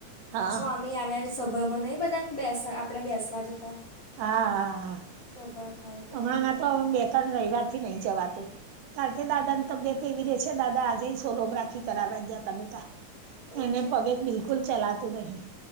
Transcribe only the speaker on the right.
હા
હા હા હા
હમણાં
ના તો
અમે બે ત્રણ રયવાર થી નહી જવાતું કારણ કે
દાદાની તબિયત તેવી રે છે, દાદા આજે ય સોનોગ્રાફી કરાવા ગયા તા બેટા
એને
પગે બિલકુલ ચલાતું નહી